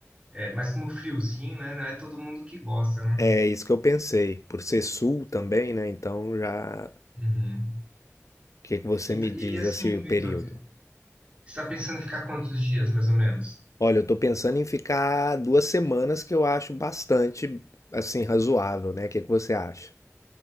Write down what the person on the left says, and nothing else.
É isso que eu pensei, por ser sul também, né? Então já, o
que que você
me
diz
assim, o
período?
Olha, eu tô pensando em ficar duas semanas, que eu acho bastante, assim, razoável, né? O que que você acha?